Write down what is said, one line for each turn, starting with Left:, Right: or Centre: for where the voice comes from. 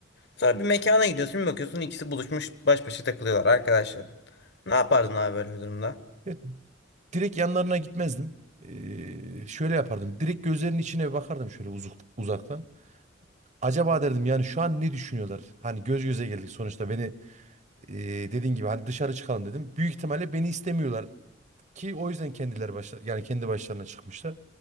Left: Sonra bir mekana gidiyorsun bir bakıyorsun ikisi buluşmuş baş başa takılıyorlar arkadaşlar. Ne yapardın abi böyle bir durumda?
Right: Ya, direkt yanlarına gitmezdim. Ee, şöyle yapardım. Direkt gözlerinin içine bakardım şöyle uzuk, uzaktan. Acaba derdim yani şu an ne düşünüyorlar? Hani göz göze geldik sonuçta beni e, dediğin gibi hani dışarı çıkalım dedim. Büyük ihtimalle beni istemiyorlar ki o yüzden kendileri başla yani kendi başlarına çıkmışlar.